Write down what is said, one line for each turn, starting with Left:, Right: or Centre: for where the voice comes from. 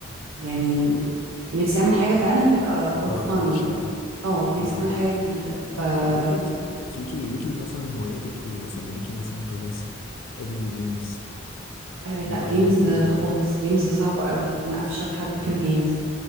Right: يعني نفسي اعمل حاجه فعلا تبقى فور
Left: ما جربتيهاش
Right: فن
Left: يعني
Right: اه نفسي
Left: امم
Right: اعمل حاجه جديده فلو
Left: طب قولي لي أنت ليكي ليكي ليكي مثلا هواياتك إيه مثلا ليكي مثلا في الرسم آه، فيديو جيمز
Right: آه لا
Left: بتضيعي
Right: جيمز
Left: وقتك إيه في
Right: خالص
Left: العادي
Right: جيمز صعبه قوي انا افشل حد في الجيمز